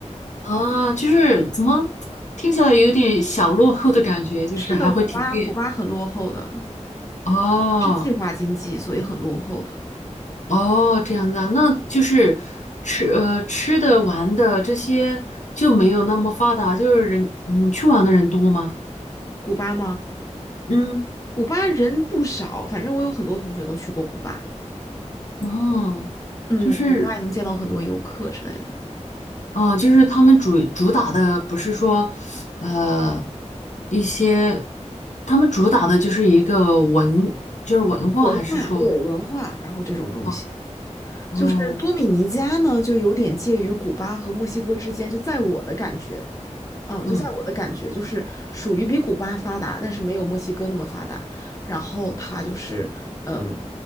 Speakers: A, on the left (about 80°); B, on the left (about 25°).
A: 啊，就是怎么听起来有点小落后的感觉，就是还会停电
B: 是的，古巴古巴很落后的，
A: 哦
B: 是计划经济，所以很落后的。
A: 哦，这样子啊，那就是吃呃吃的玩的这些就没有那么发达，就是人嗯去玩的人多吗？
B: 古巴吗？
A: 嗯，
B: 古巴人不少，反正我有很多同学都去过古巴。
A: 哦，
B: 嗯，
A: 就是
B: 古巴也能见到很多游客之类的
A: 啊、就是他们主主打的不是说呃一些，他们主打的就是一个文，就是文化，
B: 文化，
A: 还是说
B: 对文化，然后这种东西，
A: 哇哦
B: 就是多米尼加呢，就有点介于古巴和墨西哥之间，就在我的感觉，嗯，
A: 嗯
B: 就在我的感觉，就是属于比古巴发达，但是没有墨西哥那么发达。然后它就是，嗯，